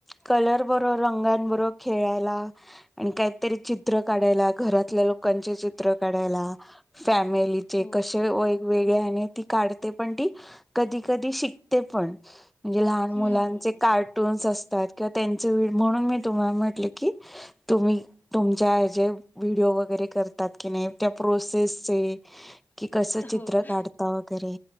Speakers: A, in the centre; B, on the left.
A: कलर बरोबर रंग बरोबर खेळायला आणि काहीतरी चित्र काढायला घरातल्यां लोकांची चित्र काढायला फमिलीचे
B: हो
A: कशे
B: हो हो
A: वेगवेगळे आणि ती काढते पण ती कधी कधी शिकते पण. म्हणजे लहान
B: हम्म
A: मुलांचे
B: हम्म हम्म
A: कार्टून्स अस त्यात काय त्यांची म्हणून मी तुम्हाला म्हटले की तुम्ही तुमच्या हेचे विडिओ वगैरे करतात की नाई त्या प्रोसेस चे कि कस चित्र
B: हो
A: काढता वगैरे